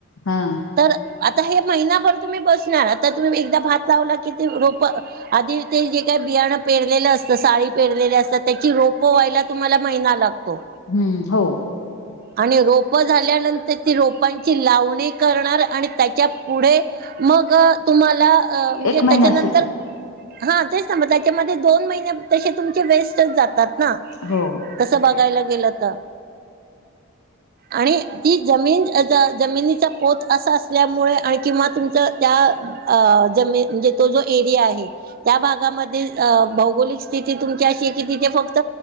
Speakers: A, on the left; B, on the right.
A: हं.
B: तर आता हे महिनाभर तुम्ही बसणार. आता तुम्ही एकदा भात लावला की ती रोपं आधी ते जे काही बीयाणं पेरलेलं असतं, साळी पेरलेल्या असतात त्याची रोपं व्हायला तुम्हाला महिना लागतो.
A: हम्म हो.
B: आणि रोपं झाल्यानंतर ती रोपांची लावणी करणार आणि त्याच्या पुढे मग तुम्हाला अ म्हंजे
A: एक महिना
B: त्याच्यानंतर
A: सुट्टी
B: हा तेच ना म त्यांच्यामध्ये दोन मईने तसे तुमचे वेस्टच जातात ना.
A: हो.
B: तसं बघायला गेलं त आणि ती जमीन जमिनीचा पोत असा असल्यामुळे आणि किंवा तुमच त्या अ जमीन म्हजे तो जो एरिया आहे त्या भागामध्ये अ भौगोलिक स्थिती तुमची अशीये की तिथे फक् -त